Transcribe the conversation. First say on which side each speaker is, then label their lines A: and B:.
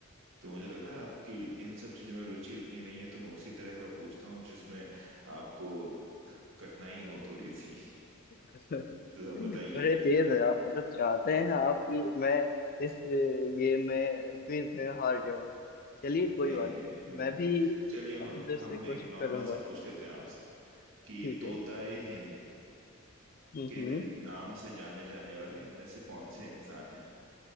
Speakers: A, on the right (about 65°); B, on the left (about 45°).
A: तो मुझे लग रहा है आपकी इन सब चीजों में रुचि उतनी नहीं है तो मैं उसी तरह का पूछता हूँ जिसमें आपको कठिनाई हो थोड़ी सी
B: <laughs>
A: तो बताइए
B: बड़े तेज है आप मतलब चाहते हैं आप कि मैं इस गेम में क्विज में हार जाऊं चलिए कोई
A: नहीं
B: बात
A: नहीं
B: नहीं
A: नहीं बिल्कुल
B: मैं भी
A: चलिए ह-
B: अंदर से
A: हम
B: कोशिश
A: एक नॉर्मल
B: करूंगा
A: सा पूछ लेते हैं आपसे कि
B: ठीक
A: तोताए
B: है
A: हिंद
B: हम्म
A: के न- नाम से जाने जाने वाले इनमें से कौन से इंसान हैं